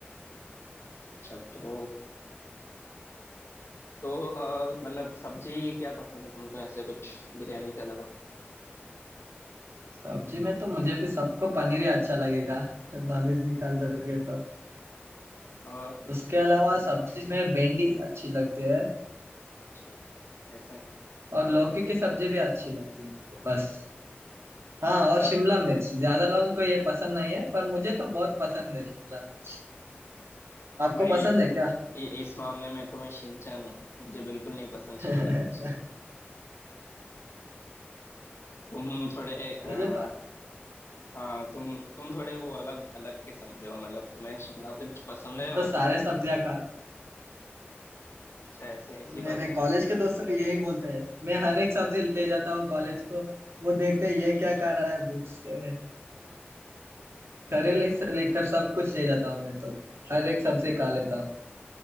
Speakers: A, on the left; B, on the right.
A: अच्छा तो तो अ, मतलब सब्जी क्या पसंद है तुमको ऐसे कुछ बिरयानी के अलावा
B: सब्जी में तो मुझे भी सबको पनीर ही अच्छा लगेगा नॉनवेज निकाल दोगे तो
A: अ,
B: उसके अलावा सब्जी में भिंडी अच्छी लगती है
A: अच्छा ऐसा है
B: और लौकी की सब्जी भी अच्छी लगती है मुझे बस हाँ और
A: बस
B: शिमला मिर्च ज्यादा लोगों को ये पसंद नहीं है पर मुझे तो बहुत पसंद है शिमला मिर्च आपको
A: भाई
B: पसंद
A: इ,
B: है क्या
A: इस मामले में तो मैं शिनचैन हूँ मुझे बिल्कुल नहीं पसंद
B: <laughs>
A: शिमला मिर्च तुम थोड़े आ,
B: मुझे तो
A: हाँ तुम तुम थोड़े वो अलग अलग किस्म के हो मतलब तुम्हें शिमला मिर्च पसंद
B: मैं
A: है
B: तो
A: और
B: सारे सब्जियां खा
A: अच्छा ऐसे ऐसी
B: मेरे
A: बात है
B: कॉलेज के दोस्तों भी यही बोलते हैं मैं हर एक सब्जी ले जाता हूँ कॉलेज को वो देखते हैं ये क्या खा रहा है पूछते हैं करेले से लेकर सब कुछ ले जाता हूँ मैं तो हर एक सब्जी खा लेता हूँ